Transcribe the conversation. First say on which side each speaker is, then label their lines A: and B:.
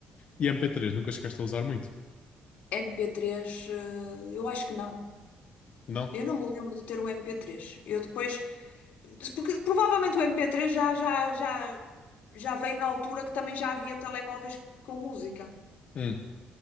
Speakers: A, on the left (about 45°); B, on the left (about 70°).
A: E mp três nunca chegaste a usar muito?
B: mp três eh, eu acho que não.
A: Não?
B: Eu não me lembro de ter um mp três. Eu depois. Porque provavelmente o mp três já, já, já, já veio na altura que também já havia telemóveis com música.
A: Hum.